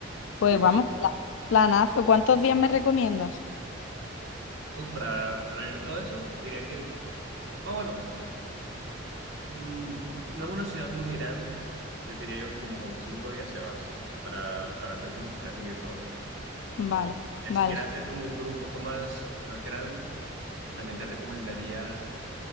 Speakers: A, on the left; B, on the right.
A: Pues
B: Entonces,
A: vamos, pla- planazo. ¿Cuántos días me recomiendas?
B: uf, para, para ver todo eso, diría que, ah, bueno, mm, no es una ciudad muy grande, entonces diría yo que como con cinco días se vas para, para hacer como que casi que todo.
A: Vale,
B: Ya
A: vale.
B: si quieres hacer como un tour un poco más, más grande, también te recomendaría,